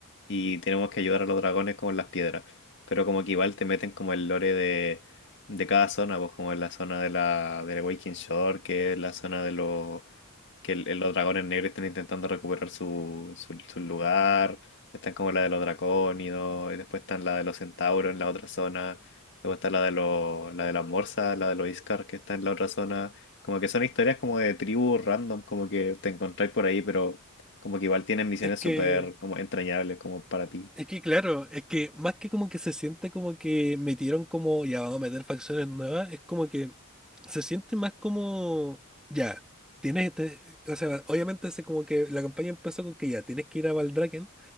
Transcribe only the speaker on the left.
y tenemos que ayudar a los dragones con las piedras. Pero como que igual te meten como el lore de, de cada zona, pues como en la zona de la, del Waking Shore, que es la zona de los que el- los dragones negros están intentando recuperar su, su, su lugar. Están como la de los dracónidos, y después están la de los centauros en la otra zona. Luego está la de los, la de las morsas, la de los Iskar que está en la otra zona. Como que son historias como de tribus random, como que te encontráis por ahí, pero como que igual tienen misiones
súper como entrañables como para ti.